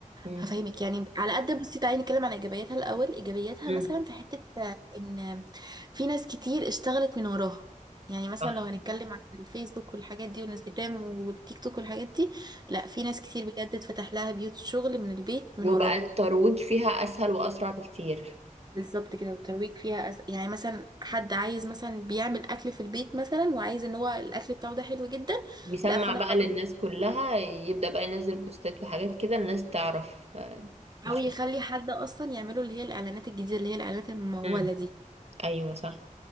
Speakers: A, on the right; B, on the right.
A: مم.
B: هفهمك يعني على قد بصي تعالي نتكلم على ايجابياتها الاول ايجابياتها
A: مم.
B: مثلا في حته آه، ان في ناس كتير اشتغلت من وراها يعني مثلا
A: صح
B: لو هنتكلم عن الفيسبوك والحاجات دي والانستجرام والتيك توك والحاجات دي لا في ناس كتير بجد اتفتح لها بيوت شغل من البيت من
A: وبقى
B: وراها
A: الترويج فيها اسهل واسرع بكتير
B: بالظبط كده والترويج فيها أس... يعني مثلا حد عايز مثلا بيعمل اكل في البيت مثلا وعايز ان هو الاكل بتاعه ده حلو جدا
A: بيسمع
B: لا فانا
A: بقى
B: خلاص
A: للناس كلها يبدأ بقى ينزل بوستات وحاجات كده الناس تعرف آه، الشخص
B: او يخلي حد اصلا يعمله اللي هي الاعلانات الجديده اللي هي الاعلانات المموله
A: مم.
B: دي
A: ايوه صح